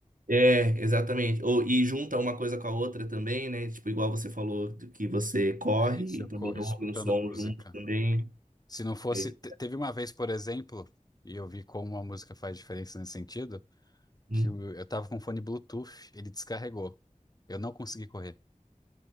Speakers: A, on the right; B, on the left.
A: É, exatamente. Ou, e junta uma coisa com a outra também, né? Tipo, igual você falou do que você corre
B: É isso,
A: e
B: eu
A: também
B: corro escutando
A: ouve um som
B: música.
A: junto também.
B: Se não fosse.
A: É,
B: te- Teve uma vez, por exemplo, e eu vi como a música faz diferença nesse sentido,
A: hum,
B: que o- eu tava com fone Bluetooth, ele descarregou. Eu não consegui correr.